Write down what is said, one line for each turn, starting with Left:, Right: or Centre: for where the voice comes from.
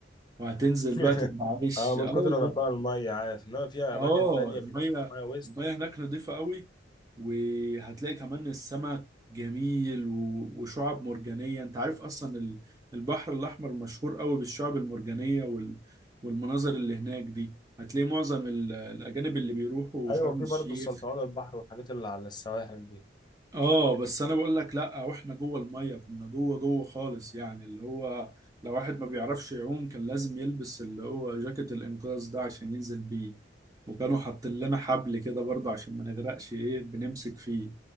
Right: وهتنزل
Left: <laughs>
Right: بقى تبقى عايش
Left: اه من
Right: اه
Left: كتر نقاء الميه عارف انما في اماكن
Right: اه
Left: تانية
Right: المية
Left: بيبقى الميه وسط
Right: المية هناك نضيفة قوي وهتلاقي كمان السمك جميل و- وشعاب مرجانية انت عارف اصلا ال- البحر الاحمر مشهور قوي بالشعاب المرجانية وال- والمناظر اللي هناك دي هتلاقي معظم ال- الاجانب اللي بيروحوا
Left: ايوه
Right: شرم
Left: في
Right: الشيخ
Left: برضو السلطعون البحر والحاجات اللي على السواحل دي
Right: اه بس انا بقول لك لا واحنا جوه الميه كنا جوه جوه خالص يعني اللي هو لو واحد ما بيعرفش يعوم كان لازم يلبس اللي هو جاكيت الانقاذ ده عشان ينزل بيه وكانوا حاطين لنا حبل كده برضه عشان ما نغرقش ايه بنمسك فيه